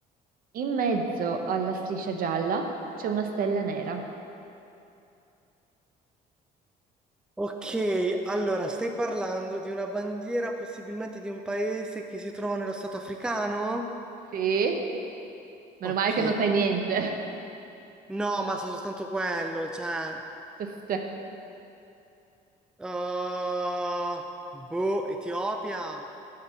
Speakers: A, on the right (about 55°); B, in the centre.
A: In mezzo alla striscia gialla c'è una stella nera.
B: Ok, allora, stai parlando di una bandiera, possibilmente di un paese che si trova nello stato africano?
A: Sì? Meno
B: Ok.
A: male che non sai niente.
B: No, ma so soltanto quello, cioè...
A: <laughs> Se- se.
B: uh, boh, Etiopia?